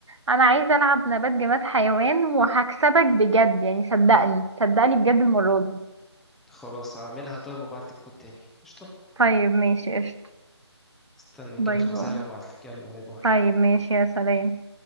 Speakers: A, on the right; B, in the centre.
A: أنا عايزة ألعب نبات جماد حيوان وهكسبك بجد يعني صدقني صدقني بجد المرة دي
B: خلاص هعملها طيب وابعتلك كود تاني قشطة
A: طيب ماشي قشطة
B: استني كده
A: باي
B: خمسة
A: باي
B: وابعتلك يلا باي باي
A: طيب ماشي يا سلام